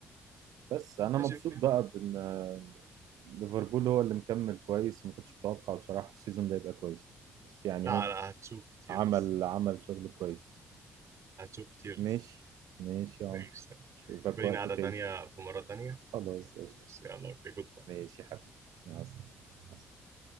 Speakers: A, on the right; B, on the right.
A: بس انا
B: ماشي
A: مبسوط
B: اوكي
A: بقى بان آه، ليفربول هو اللي مكمل كويس ما كنتش متوقع بصراحة السيزون ده يبقى كويس بس يعني
B: لا
A: هو
B: لا هتشوف كتير
A: عمل
B: لسه
A: عمل شغل كويس
B: هتشوف كتير
A: ماشي
B: لسه
A: ماشي يا عمر
B: ماشي
A: اشوفك
B: يبقى لينا
A: وقت
B: قعدة
A: تاني
B: تانية في مرة تانية
A: خلاص قشطة
B: بس يلا اوكي جود باي.
A: ماشي يا حبيبي مع السلامة مع السلامة